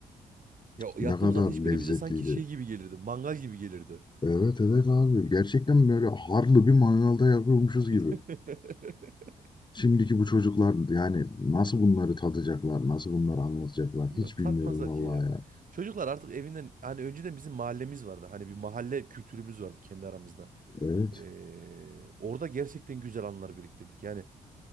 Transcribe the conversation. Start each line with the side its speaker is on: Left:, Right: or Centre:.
Right: Ya o
Left: ne
Right: yaktığımız
Left: kadar
Right: ateş bile
Left: lezzetliydi.
Right: bize sanki şey gibi gelirdi. Mangal gibi gelirdi.
Left: Evet evet abi gerçekten böyle harlı bir mangalda yapıyormuşuz
Right: <laughs>
Left: gibi. Şimdiki bu çocuklar yani nasıl bunları tadacaklar, nasıl bunları anlatacaklar
Right: Yok
Left: hiç
Right: tatmazlar
Left: bilmiyorum vallahi
Right: ki ya.
Left: ya.
Right: Çocuklar artık evinden hani önceden bizim mahallemiz vardı. Hani bir mahalle kültürümüz vardı kendi aramızda.
Left: Evet.
Right: Ee, orada gerçekten güzel anılar biriktirdik. Yani